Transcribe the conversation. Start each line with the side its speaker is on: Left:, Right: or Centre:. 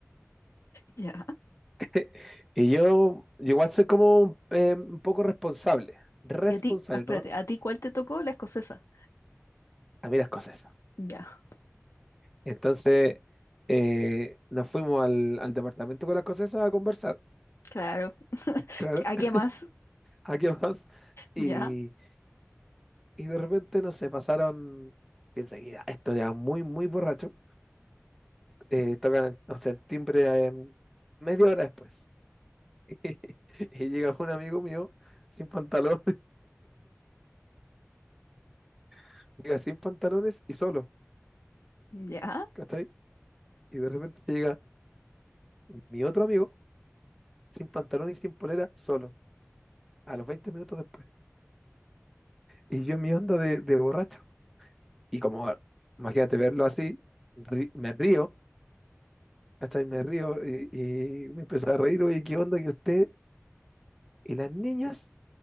Left: Ya.
Centre: <laughs> Y yo, yo igual soy como eh, un poco responsable, responsable,
Left: Y a ti, ah, espérate,
Centre: ¿no?
Left: ¿a ti cuál te tocó? La escocesa.
Centre: A mí las cosas.
Left: Ya.
Centre: Entonces eh, nos fuimos al, al departamento con las cosas esas a conversar,
Left: Claro.
Centre: claro,
Left: ¿A qué más?
Centre: <laughs> ¿a qué más? Y,
Left: Ya.
Centre: y de repente, no sé, pasaron, piensa que ya, esto ya muy, muy borracho, eh, tocan, el- no sé, el timbre eh, media hora después. <laughs> Y llega un amigo mío sin pantalones, <laughs> llega sin pantalones y solo,
Left: Ya.
Centre: ¿cachai? Y de repente llega mi otro amigo sin pantalones y sin polera, solo, a los 20 minutos después. Y yo en mi onda de, de borracho. Y como, imagínate verlo así, ri- me río, hasta ahí me río y, y me empezó a reír, oye, ¿qué onda que usted y las niñas